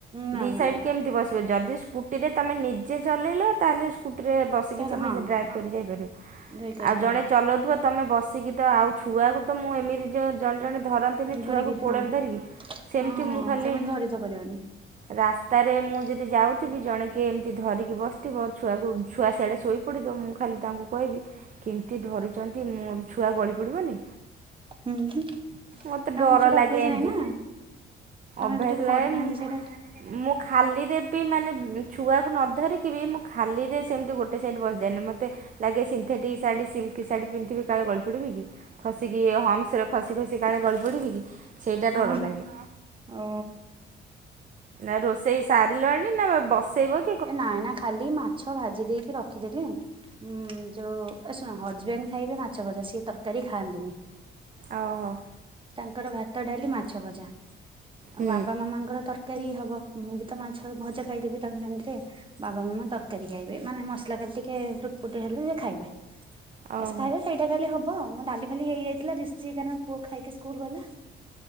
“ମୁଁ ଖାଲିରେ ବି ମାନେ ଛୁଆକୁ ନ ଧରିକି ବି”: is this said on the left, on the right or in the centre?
Right